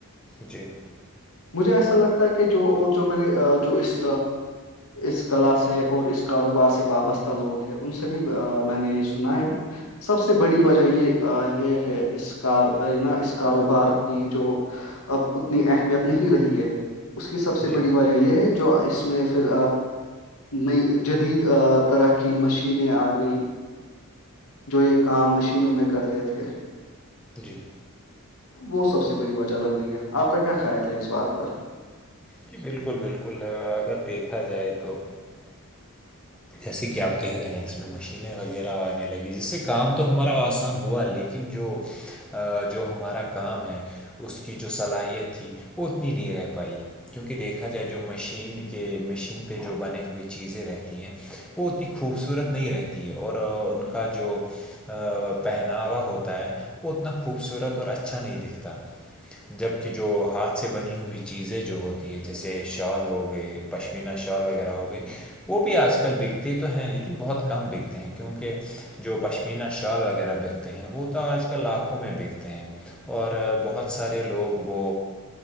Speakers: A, in the centre; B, on the left (about 70°).
A: جی
B: مجھے ایسا لگتا ہے کہ جو اور جو میں نے جو اس اس کلا سے اور اس کاروبار سے وابستہ لوگ ہیں ان سے بھی میں نے یہ سنا ہے سب سے بڑی وجہ یہ یہ ہے اس کار نا اس کاروبار کی جو اب اتنی اہمیت نہیں رہی ہے اس کی سب سے
A: جی
B: بڑی وجہ یہ ہے جو اس میں پھر نئی جدید طرح کی مشینیں آ گئی جو یہ کام مشینوں میں کرتے تھے
A: جی
B: وہ سب سے بڑی وجہ لگ رہی ہے آپ کا کیا خیال ہے اس بات پر
A: جی بالکل بالکل اگر دیکھا جائے تو جیسے کہ آپ کہہ رہے ہیں اس میں مشینیں وغیرہ آنے لگیں جس سے کام تو ہمارا آسان ہوا لیکن لیکن جو جو ہمارا کام ہے اس کی جو صلاحیت تھی وہ اتنی نہیں رہ پائی کیونکہ دیکھا جائے جو مشین کے مشین پہ جو بنے ہوئے چیزیں رہتی ہیں وہ اتنی خوبصورت نہیں رہتی ہے اور ان کا جو پہناوا ہوتا ہے وہ اتنا خوبصورت اور اچھا نہیں دکھتا جب کہ جو ہاتھ سے بنی ہوئی چیزیں جو ہوتی ہے جیسے شال ہو گئے پشمینا شال وغیرہ ہو گئی وہ بھی آج کل آ کل بیکتے تو ہیں لیکن بہت کم بیکتے ہیں کیونکہ جو پشمینہ شال وغیرہ بکتے ہیں وہ تو آج کل لاکھوں میں بکتے ہیں اور بہت سارے لوگ وہ